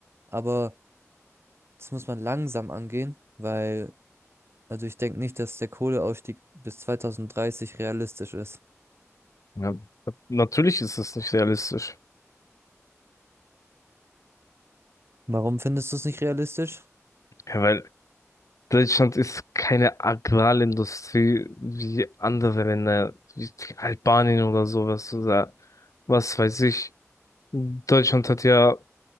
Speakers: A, on the right; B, on the left.
A: Aber das muss man langsam angehen, weil, also ich denke nicht, dass der Kohleausstieg bis 2030 realistisch ist.
B: Ja, natürlich ist es nicht realistisch.
A: Warum findest du es nicht realistisch?
B: Ja, weil Deutschland ist keine Agrarindustrie wie andere Länder, wie Albanien oder sowas oder was weiß ich. Deutschland hat ja